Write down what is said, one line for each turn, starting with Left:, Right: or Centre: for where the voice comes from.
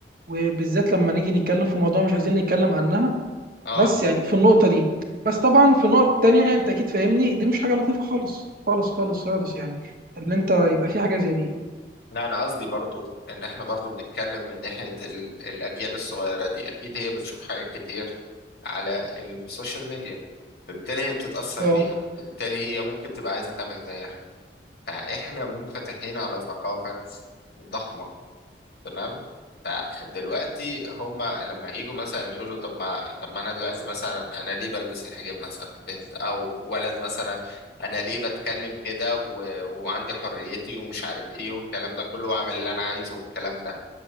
Right: وبالذات لما نيجي نتكلم في موضوع مش عايزين نتكلم عنها
Left: اه
Right: بس يعني في النقطة دي بس طبعا في نقط تانية انت اكيد فاهمني دي مش حاجة لطيفة خالص خالص خالص خالص يعني ان انت يبقى في حاجة زي دي
Left: لا انا قصدي برضو ان احنا برضو بنتكلم من ناحية ال- الاجيال الصغيرة دي اكيد هي بتشوف حاجات كتير على السوشيال ميديا فبالتالي هي بتتأثر
Right: اه
Left: بيها فبالتالي هي ممكن تبقى عايزة تعمل زيها فاحنا منفتحين على ثقافة ضخمة تمام فدلوقتي هما لما هيجوا مثلا يقولوا طب ما طب ما انا دلوقتي مثلا انا ليه بلبس الحجاب مثلا بنت او ولد مثلا انا ليه بتكلم كده و... وعندي حريتي ومش عارف ايه والكلام ده كله واعمل اللي انا عايزه والكلام ده